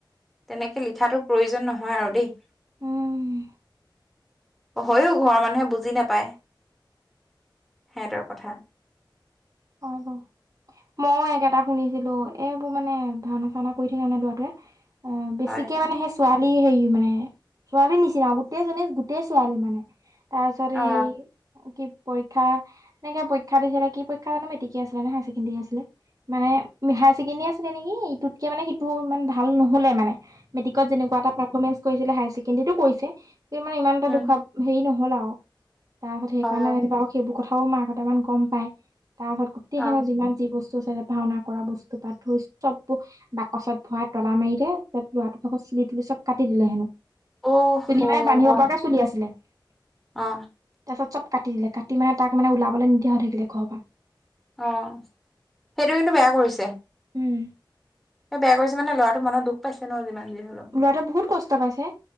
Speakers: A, in the centre; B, on the right (about 45°).
A: তেনেকে লিখাতো প্ৰয়োজন নহয় আৰু দেই।
B: উম
A: হয়ো ঘৰৰ মানুহে বুজি নাপায় সেহঁতৰ কথা।
B: অ ব। মই একেটা শুনিছিলো এইবোৰ মানে ভাওনা চাওনা কৰি থাকে ন লৰাটোৱে। অ বেছিকে
A: হয়
B: মানে সেই ছোৱালী সেই মানে ছোৱালী নিচিনা গোটেইজনী গোটেই ছোৱালী মানে। তাৰ পিছতে
A: অ অ
B: কি পৰীক্ষা এনেকে পৰীক্ষা দিছিলে কি পৰীক্ষ ক্ষা না মেট্ৰিকীয়া আছিলে নে চেকেণ্ডেৰী আছিলে মানে চেকেণ্ডেৰী আছিলে নে ই ইটোতকে মানে সিটো ইমান ভাল নহলে মানে মেট্ৰিকত যেনেকুৱা এটা প্ৰাফেমেনছ কৰিছিলে হাই চেকে কিন্তেটো কৰিছে, কি মানে ইমান এটা
A: উম
B: দু খাব হেৰি নহল আও। তাহত সেইকাৰণে
A: হয়
B: যেনিবা আৰু সেইবোৰ কথাও মাহঁতে গম মান গম পায়। তাৰ পাছত গোটেই হেনো
A: অ অ
B: যিমান যি বস্তু আছে ভাওনা কৰা বস্তু পাত ধই চবোৰ বাকচত ভৰাই তলা মাৰিলে তাত লৰাটোৰ ভাগত চুলি তুলি চব কাটি দিলে হেনো
A: অ'
B: চুলি
A: হ'
B: মানে বান্ধিব
A: অ
B: পৰাকে চুলি আছিলে তাৰপিছত
A: অ
B: চব কাটি দিলে কাটি মানে তাক মানে ওলাবলে নিদিয়া হৈ থাকিলে ঘৰৰ পৰা
A: অ সেইটো কিন্তু বেয়া কৰিছে
B: উম
A: সেই বেয়া কৰিছে মানে লৰাটো মনত দুখ পাইছে ন যিমান যি হলেও।
B: লৰাৱে বহুত কষ্ট পাইছে